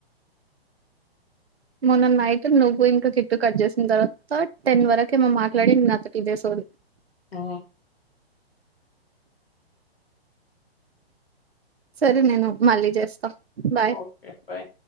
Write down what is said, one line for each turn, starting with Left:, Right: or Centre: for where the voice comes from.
Right: మొన్న నైట్ నువ్వు ఇంకా కిట్టు కట్ చేసిన తర్వాత టెన్ వరకు మేము మాట్లాడింది అంతా ఇదే సోది
Left: ఆ
Right: సరే నేను మళ్ళీ చేస్తా బాయ్
Left: ఓకే బాయ్